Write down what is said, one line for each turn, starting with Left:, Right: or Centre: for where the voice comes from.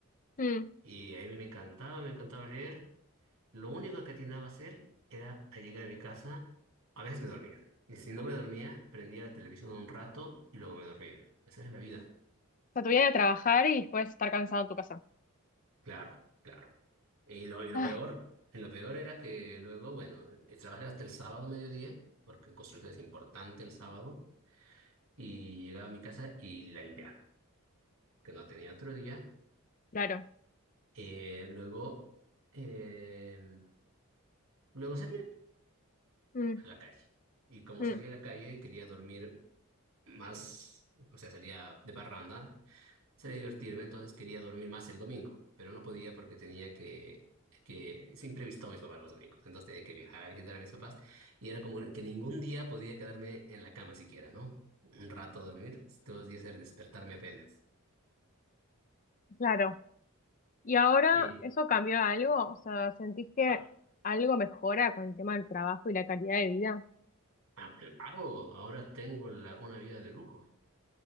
Left: Mm. O
Right: Y a mí me encantaba, me encantaba leer. Lo único que atinaba a hacer era a llegar a mi casa, a veces me dormía. Y si no me dormía, prendía la televisión un rato y luego me dormía. Esa era la vida.
Left: sea, tu vida era trabajar y después estar cansado en tu casa.
Right: Claro, claro. Y lo, y lo
Left: Ah,
Right: peor, lo peor era que luego, bueno, eh, trabajé hasta el sábado mediodía, porque en construcción es importante el sábado, y llegaba a mi casa y la limpiaba, que no tenía otro día.
Left: claro.
Right: Eh, luego, eh, luego salía
Left: Mm,
Right: a la calle. Y como
Left: mm,
Right: salía a la calle, quería dormir más, o sea, salía de parranda sería divertirme, entonces quería dormir más el domingo, pero no podía porque tenía que, que siempre he visto a mis papás los domingos, entonces tenía que viajar a visitar a mis papás y era como que ningún día podía quedarme en la cama siquiera, ¿no? Un rato dormir, todos los días era despertarme apenas.
Left: claro. ¿Y ahora
Right: Y
Left: eso cambió algo? O sea, ¿sentís que
Right: ah,
Left: algo mejora con el tema del trabajo y la calidad de vida?
Right: ah, claro, ahora tengo la- una vida de lujo.